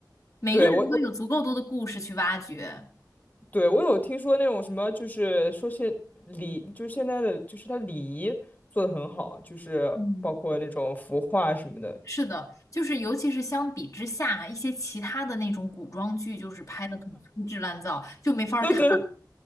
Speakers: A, on the left; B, on the left.
A: 每个人都有足够多的故事去挖掘。
B: 对，我我对我有听说那种什么，就是说现礼，就是现在的就是他礼仪做的很好，就是包括那种服化什么的。
A: 嗯，是的，就是尤其是相比之下，一些其他的那种古装剧，就是拍的很粗制滥造，就没法儿看。
B: 对对